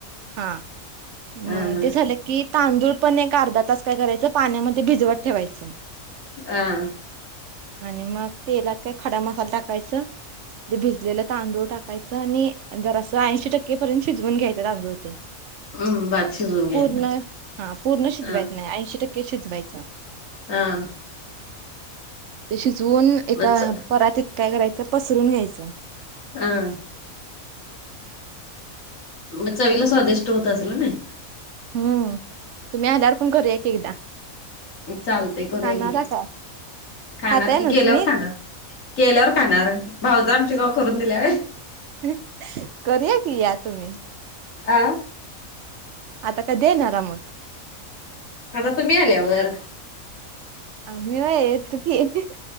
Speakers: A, on the right; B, on the left.
A: हा
B: हा
A: म
B: हा
A: ते झालं की तांदूळ पण एक अर्धा तास काय करायचं पाण्यामध्ये भिजवत ठेवायचं.
B: <inaudible>
A: आणि मग तेलात काय खडा मसाला टाकायचं, ते भिजलेलं तांदूळ टाकायचं आणि जरासं ऐंशी टक्केपर्यंत शिजवून घ्यायचं तांदुळ ते.
B: हम्म भात शिजवून घ्यायचा
A: पूर्ण हा पूर्ण शिजवायचं
B: हा
A: नाही, ऐंशी टक्के शिजवायचं.
B: हा आ.
A: ते शिजवून एका
B: मग च
A: परातीत काय करायचं पसरून घ्यायचं.
B: हा. म चवीला स्वादिष्ट होत असलं नाही?
A: हं तुमी आल्यावर पण करूयाकी एकदा.
B: चालतंय करूया
A: खाणारा
B: की.
A: का
B: खाणार
A: खाताय
B: की
A: ना
B: केल्यावर
A: तुम्ही?
B: खाणार, केल्यावर खाणार भाऊजं आमची कवा करून दिल्या व्हय?
A: ही करुया की या तुम्ही.
B: आ
A: आता कदी येणारा मग?.
B: आता तुम्ही आल्यावर,
A: आम्ही व्हय येतो की.